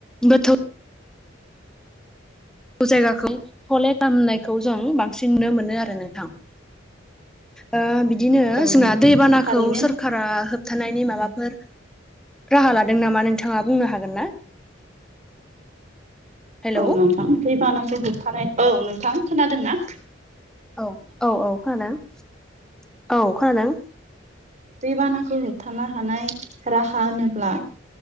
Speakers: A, in the centre; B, on the right.
A: गोथौ जायगाखौ थले खालामामनायखौ जों बांसिन नुनो मोनो आरो नोंथां ओ बिदिनो
B: औ
A: जोंना
B: नंगौ नोंथां
A: दैबानाखौ
B: थारैनो
A: सोरखारा होबथानायनि माबाफोर राहा लादों नामा नोंथाङा बुंनो हागोन ना हेलौ
B: औ नोंथां दैैबानाखौ होबथानाय औ नोंथां खोनादों ना
A: औ औ औ खोनादों औ खोनादों
B: दै बानाखौ होबथानो हानाय राहा होनोब्ला